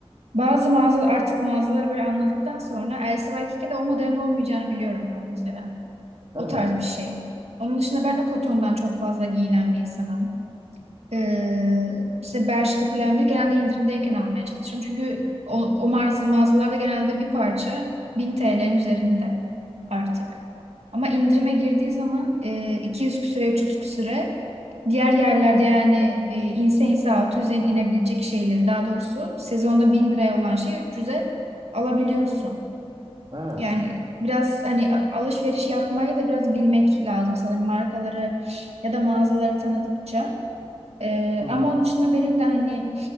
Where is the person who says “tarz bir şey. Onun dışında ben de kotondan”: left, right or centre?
Right